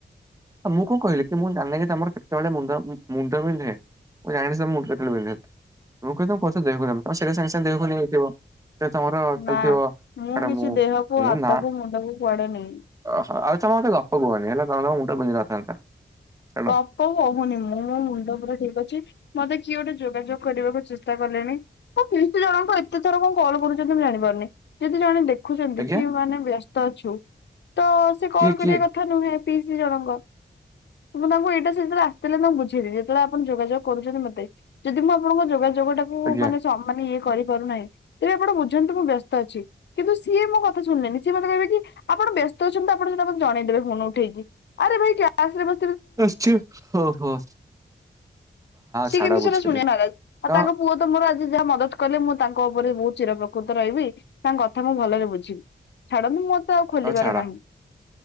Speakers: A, on the right; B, on the left.
A: ଆ ମୁଁ କଣ କହିବି? କି ମୁଁ ଜାଣିନି କି ତମର କେତବଳେ ମୁଣ୍ଡ, ମୁଣ୍ଡ ବିନ୍ଧେ। ମୁଁ ଜାଣିିଚି ତମ ମୁଣ୍ଡ କେତେବେଳେ ବିନ୍ଧେ। ମୁଁ କହି ତମ ପଛେ ଦେହକୁ ନବ, ତମେ ସଙ୍ଗେ, ସଙ୍ଗେ ଦେହକୁ ନେଇ ଯାଇଥିବ। ଥିରେ ତମର ଚାଲିଥିବ।
B: ନା
A: ଏଟା
B: କିଛି
A: ମୁଁ,
B: ଦେହକୁ
A: ମୁଁ
B: ହାତକୁ
A: ନା
B: ମୁଣ୍ଡକୁ କୁଆଡେ ନେଇନି।
A: ଅ ହ ଆଉ ତମେ ଗପ କୁହନି ହେଲା। ନହେଲେ ତମ ମୁଣ୍ଡ ବିନ୍ଧି ନଥାନ୍ତା। ଛାଡ।
B: ଗ ପ କହୁନି ମୁଁ। ମୋ ମୁଣ୍ଡ ପୁରା ଠିକ୍ ଅଛି। ମତେ କିଏ ଗୋଟେ ଯୋଗାଯୋଗ କରିବାକୁ ଚେଷ୍ଟା କଲେଣି। ମୋ ପିଇଶିି ଜଣଙ୍କ ଏତେଥର କଣ କଲ କରୁଛନ୍ତି ମୁଁ ଜାଣିପାରୁନି। ଯଦି ଜଣେ ଦେ ଦେଖୁଛନ୍ତି
A: ଆଜ୍ଞା
B: କି ମାନେ ବ୍ୟସ୍ତ ଅଛୁ, ତ ସେ
A: କିଏ
B: କଲ୍
A: କିଏ
B: କରିବା କଥା ନୁହେଁ ପିଇଶି ଜଣଙ୍କ। ମୁଁ ତାଙ୍କୁ ଏଇଟା ସେ ଯେତେବେଳେ ଆସିଥିଲେ ତାଙ୍କୁ ବୁଝେଇଥିଲି ଯେତେବଳେ ଆପଣ ଯୋଗାଯୋଗ କରୁଛନ୍ତି ମୋତେ ଯଦି ମୁଁ ଆପଣଙ୍କ ଯୋଗାଯୋଗ ଟାକୁ
A: ଆଜ୍ଞା
B: ମାନେ ସ ମାନେ ଇଏ କରିପାରୁନାହିଁ ଇଏ ଆପଣ ବୁଝନ୍ତୁ ମୁଁ ବ୍ୟସ୍ତ ଅଛି। କିନ୍ତୁ ସିଏ ମୋ କଥା ଶୁଣିଲେନି। ସିଏ ମତେ କହିବେ କି ଆପଣ ବ୍ୟସ୍ତ ଅଛନ୍ତି ତ, ଆପଣ ସେଇଟା ମତେ ଜଣେଇଦବେ ଫୋନ୍ ଉଠେଇକି। ଆରେ ଭାଇ କ୍ଲାସ୍ ରେ ବ
A: ନିଶ୍ଚିପ୍, ହଁ ହଁ
B: ସିଏ
A: ଛାଡ
B: କିନ୍ତୁ
A: ବୁଝିଲି।
B: ସେଇରା ଶୁଣିବା ନାରାଜ୍, ଆଉ
A: ହଁ
B: ତାଙ୍କ ପୁଅ ତ ମୋର ଆଜି ଯାହା ମଦତ୍ କଲେ, ମୁଁ ତାଙ୍କ ଉପରେ ବୋହୁତ୍ ଚିରପ୍ରକୃତ ରହିବି। ତାଙ୍କ କଥା ମୁଁ ଭଲରେ ବୁଝିବି। ଛାଡନ୍ତୁ ମୋର ତ ଆଉ ଖୋଲିବାର
A: ହଉ ଛାଡ
B: ନାହିଁ।